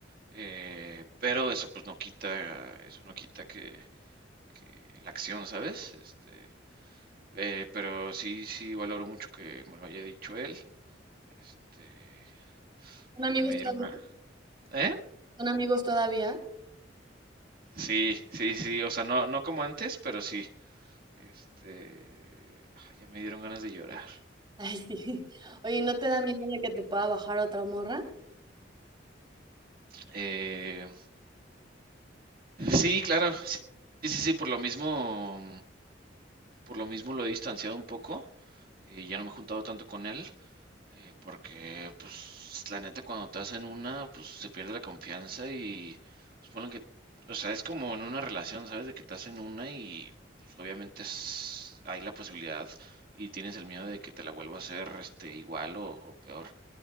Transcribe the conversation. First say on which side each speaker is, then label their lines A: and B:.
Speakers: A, on the right; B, on the right.
A: eh, pero eso pues no quita, eso no quita que, que la acción, ¿sabes? Este, eh, pero sí, sí valoro mucho que me lo haya dicho él. Este,
B: ¿Son amigos
A: Ay, ya me dieron
B: todavía?
A: ganas. ¿Eh?
B: ¿Son amigos todavía?
A: Sí, sí, sí, o sea, no, no como antes, pero sí. Este, ay, ya me dieron ganas de llorar.
B: <laughs> Ay, sí. Oye, ¿no te da miedo de que te pueda bajar otra morra?
A: Eh, sí, claro, sí, sí, sí, sí, por lo mismo, por lo mismo lo he distanciado un poco, y ya no me he juntado tanto con él, Eh, porque, pues, la neta, cuando te hacen una, pues se pierde la confianza y, pues, ponen que, o sea, es como en una relación, ¿sabes? De que te hacen una y, pues, obviamente es- hay la posibilidad y tienes el miedo de que te la vuelva a hacer, este, igual o, o peor.